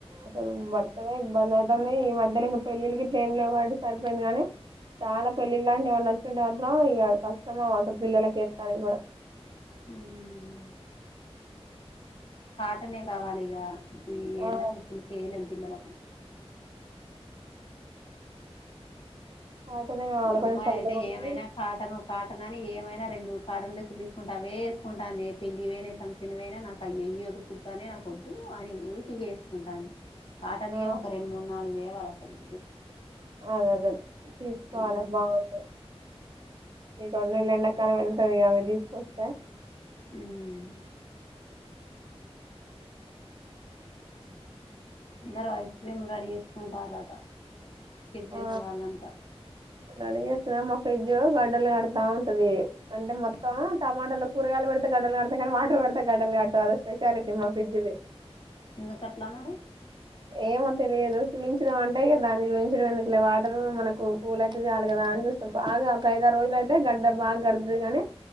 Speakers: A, on the right; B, on the left.
A: అసలు బర్తమ <unintelligible> ఇబ్బంది అవుతుంది ఈ మధ్యలో ఇంకా పెళ్ళిళ్ళు ఏం లేవుబట్టి సరిపోయింది కానీ చాలా పెళ్ళిళ్ లాంటి ఎవరు నచ్చింటే వాలో ఇక కష్ట ఇస్తమా అస్సలు పిల్లలకిస్తానికి కూడా
B: హ్మ్ అట్నే కావాలి ఇగ ఈ
A: ఆ
B: ఎండకి అసలకి <unintelligible> పిల్లలకు
A: కాటనే కావాలి
B: అమ్మాయి
A: కొంచెం చల్లగా
B: అయితే
A: ఉంటది
B: ఏమైనా కాటను కాటన్ అని ఏమైనా రెండు కాటన్ డ్రెస్సులు తీసుకుంటే అవే వేసుకుంటాంది ఏ పెళ్లి ఇవనా ఫంక్షన్వి అయినా నాకు అవి ఇవదు కుడుతనే నాకు వద్దు అని ఊకి ఇవ వేసుకుంటాంది కాటనియె
A: ఆ
B: ఒక రెండు మూడు నాలుగు వే అసలు
A: ఆ అదే తీసుకోవాలే
B: మ్మ్
A: బాగుంటది ఈ రెండు నెలలు ఎండాకాలం వెళ్తది కదా అవి తీసుకొస్తే
B: హుమ్మ్ అందరు ఐస్ క్రీమ్ చేసుకుంటాన్రట ఫ్రిజ్
A: ఆ
B: ఉన్న వాళ్ళంతా
A: రెడీ చేస్తుండే మా ఫ్రిడ్జ్ గడ్డలు కడతా ఉంటది అంటే మొత్తం టమాటలు కూరగాయలు పెడితే గడ్డలు కడతాయి కానీ వాటర్ పెడతే గడ్డలు కట్టదు అదో స్పెషాలిటీ మా ఫ్రిడ్జ్ ది
B: ఎందుకట్ల మరి
A: ఏమో తెలియదు చూయించినం అంటే ఇగ దాన్ని చూసి ఎందుకులే వాటర్ మనకు కూల్ అయితే చాలు కదా అని చూస్తాం బాగా ఒక ఐదారు రోజులు అయితే గడ్డ బాగా గడ్తదిగని